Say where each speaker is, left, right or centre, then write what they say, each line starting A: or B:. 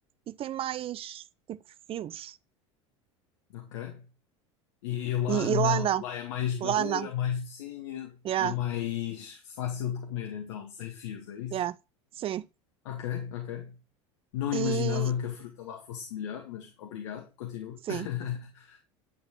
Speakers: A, on the right (about 35°); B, on the left (about 70°).
A: e tem mais tipo fios.
B: Ok. E lá
A: E,
B: não,
A: e lá não,
B: lá é mais madura,
A: lá não.
B: mais docinha
A: Yeah,
B: e mais fácil de comer, então, sem fios, é isso?
A: yeah, sim.
B: Ok, ok. Não
A: E
B: imaginava que a fruta lá fosse melhor, mas obrigado, continua.
A: sim.
B: <laughs>